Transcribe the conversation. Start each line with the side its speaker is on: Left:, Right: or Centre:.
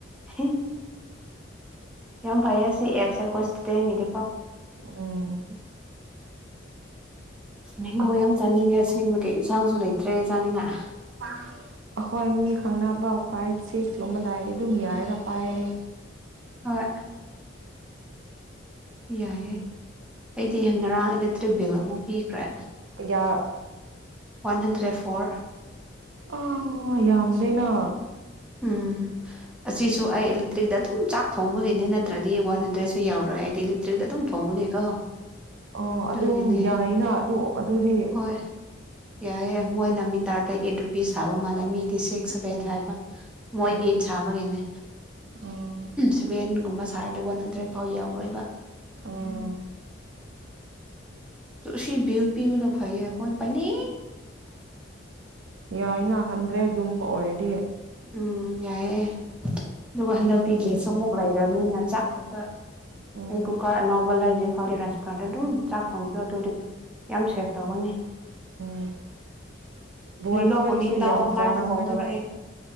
Centre: ꯑꯦ ꯌꯥꯝ ꯐꯚꯁꯤ ꯑꯦꯞꯁꯦ ꯈꯣꯏꯁꯗꯗꯤ
Right: ꯎꯝ
Centre: ꯃꯦꯡꯒꯣ ꯌꯥꯝ ꯆꯥꯅꯤꯡꯉꯦ ꯑꯁꯦꯡꯕꯒꯤ ꯏꯟꯁꯥꯡꯁꯨ ꯂꯩꯇ꯭ꯔꯦ ꯆꯥꯅꯤꯡꯉꯥꯏ
Right: ꯑꯩꯈꯣꯏ ꯃꯤ ꯈꯪꯅꯕ ꯐꯥꯏꯚ ꯁꯤꯛꯁꯀꯨꯝꯕ ꯂꯥꯏꯔꯦ ꯑꯗꯨꯝ ꯌꯥꯔꯔꯥ ꯄꯥꯏꯔꯦ
Centre: ꯍꯣꯏ ꯌꯥꯏꯑꯦ ꯑꯩꯗꯤ ꯉꯔꯥꯡ ꯏꯂꯦꯛꯇ꯭ꯔꯤꯛ ꯕꯤꯜ ꯑꯃꯨꯛ ꯄꯤꯈ꯭ꯔꯦ
Right: ꯌꯥ
Centre: ꯋꯥꯟ ꯍꯟꯗ꯭ꯔꯦꯠ ꯐꯣꯔ
Right: ꯑꯥ ꯌꯥꯝꯗꯦꯅ
Centre: ꯎꯝ ꯑꯁꯤꯁꯨ ꯑꯩ ꯏꯂꯦꯛꯇ꯭ꯔꯤꯛꯇ ꯑꯗꯨꯝ ꯆꯥꯛ ꯊꯣꯡꯕꯒꯤꯅꯦ ꯅꯠꯇ꯭ꯔꯗꯤ ꯋꯥꯟ ꯍꯟꯗ꯭ꯔꯦꯗꯁꯨ ꯌꯧꯔꯔꯣꯏ ꯑꯩꯗꯤ ꯏꯂꯦꯛꯇ꯭ꯔꯤꯛꯇꯛꯇ ꯑꯗꯨꯝ ꯊꯣꯡꯕꯒꯤꯀꯣ
Right: ꯑꯣ
Centre: ꯑꯗꯨꯒꯤꯅꯦ
Right: ꯑꯗꯨꯝ ꯌꯥꯏꯅ ꯑꯗꯨ ꯑꯗꯨꯗꯤ
Centre: ꯍꯣꯏ ꯌꯥꯏꯏꯦ ꯃꯣꯏꯅ ꯃꯤ ꯇꯥꯔꯗ ꯑꯩꯠ ꯔꯨꯄꯤꯁ ꯊꯕ ꯃꯥꯜꯂꯦ ꯃꯤꯗꯤ ꯁꯤꯛꯁ ꯁꯚꯦꯟ ꯕ ꯃꯣꯏ
Right: ꯎꯝ
Centre: ꯑꯩꯠ ꯁꯥꯕꯒꯤꯅꯦ
Right: ꯎꯝ
Centre: ꯁꯚꯦꯟꯒꯨꯝꯕ ꯁꯥꯔꯗꯤ ꯋꯥꯟ ꯍꯟꯗ꯭ꯔꯦꯗ ꯐꯥꯎ ꯌꯧꯔꯣꯏꯕ
Right: ꯎꯝ
Centre: ꯁꯤ ꯄꯤꯜ ꯄꯤꯕꯅ ꯐꯩꯌꯦ ꯑꯩꯈꯣꯏꯅ ꯄꯅꯤ
Right: ꯌꯥꯏꯅ ꯍꯟꯗ꯭ꯔꯦꯒꯨꯝꯕ ꯑꯣꯏꯗꯤꯌꯦ
Centre: ꯎꯝ ꯌꯥꯏꯑꯦ ꯑꯗꯨꯒ ꯍꯟꯗꯛꯇꯤ ꯒꯦꯁ ꯑꯃꯨꯛ ꯂꯩꯔꯕꯅꯤꯅ ꯆꯥꯛ ꯈꯛ
Right: ꯎꯝ
Centre: ꯑꯩ ꯀꯨꯀꯔ ꯑꯅꯧꯕ ꯂꯩꯔꯤꯔꯤ ꯐꯥꯎꯗꯤ ꯔꯥꯏꯁ ꯀꯨꯀꯔꯗ ꯑꯗꯨꯝ ꯆꯥꯛ ꯊꯣꯡꯕꯗꯣ ꯑꯗꯨꯗꯤ ꯌꯥꯝ ꯁꯦꯚ ꯇꯧꯒꯅꯤ
Right: ꯎꯝ ꯚꯋꯥꯟ
Centre: ꯀꯔꯤꯔꯣ
Right: ꯈꯁꯨ
Centre: ꯄꯨꯅꯤꯡꯇꯪ
Right: ꯌꯥꯝ
Centre: ꯑꯣꯐꯂꯥꯏꯟꯗ
Right: ꯆꯥꯔꯝꯑꯝꯃꯣꯏꯔꯒ
Centre: ꯀꯣꯜ ꯇꯧꯔꯛꯑꯦ